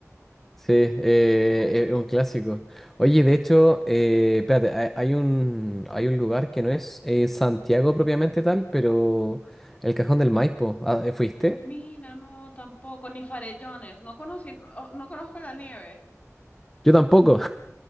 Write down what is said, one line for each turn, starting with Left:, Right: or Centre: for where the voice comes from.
Centre: Sí, eh, es un clásico. Oye, de hecho, eh, espérate, hay, hay un, hay un lugar que no es eh, Santiago propiamente tal, pero el Cajón del Maipo. Ah, ¿eh, ¿fuiste?
Left: Mira, no, tampoco, ni farellones. No conocí, no, no conozco la nieve. <laughs>
Centre: Yo tampoco.